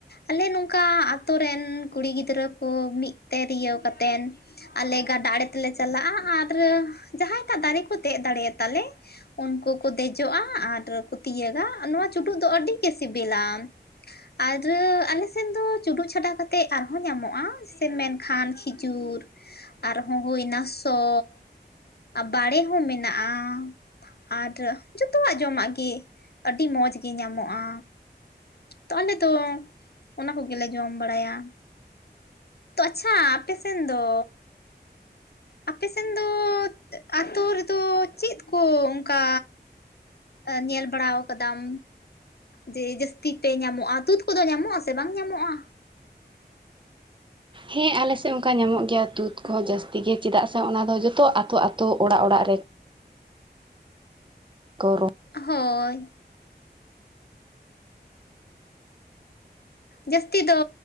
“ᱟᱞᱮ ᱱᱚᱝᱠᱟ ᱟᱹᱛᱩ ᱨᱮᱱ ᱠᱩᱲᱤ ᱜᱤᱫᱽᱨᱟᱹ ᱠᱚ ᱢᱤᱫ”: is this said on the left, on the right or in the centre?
Left